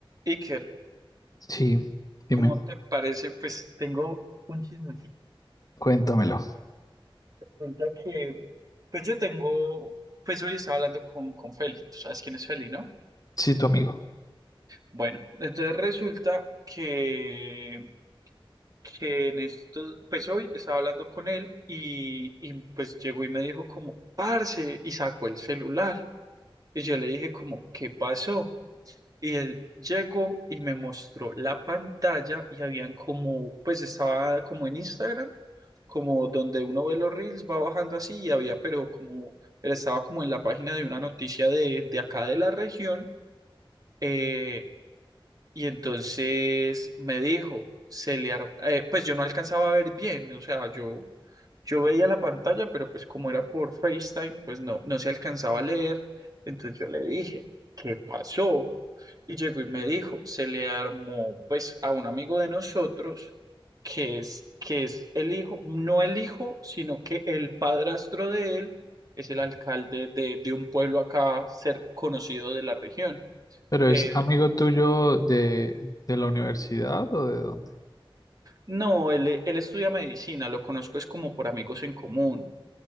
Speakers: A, on the right; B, on the left.
A: Iker,
B: Sí, dime,
A: ¿cómo te parece? Pues tengo un chismecito.
B: cuéntamelo.
A: Resulta que, pues yo tengo, pues hoy estaba hablando con, con Feli. Tú sabes quién es Feli, ¿no?
B: Sí, tu amigo.
A: Bueno, entonces resulta que, que en estos, pues hoy estaba hablando con él y, y pues llegó y me dijo como, parce, y sacó el celular. Y yo le dije como, ¿qué pasó? Y él llegó y me mostró la pantalla y habían como, pues estaba como en Instagram, como donde uno ve los reels, va bajando así y había, pero como, él estaba como en la página de una noticia de, de acá de la región. eh, y entonces me dijo, se le ar- eh, pues yo no alcanzaba a ver bien, o sea, yo, yo veía la pantalla, pero pues como era por FaceTime, pues no, no se alcanzaba a leer. Entonces yo le dije, ¿qué pasó? Y llegó y me dijo, se le armó pues a un amigo de nosotros, que es, que es el hijo, no el hijo, sino que el padrastro de él es el alcalde de, de un pueblo acá, ser conocido de la región.
B: Pero
A: eh,
B: es amigo tuyo de, de la universidad o de dónde?
A: No, él, eh, él estudia medicina, lo conozco es como por amigos en común.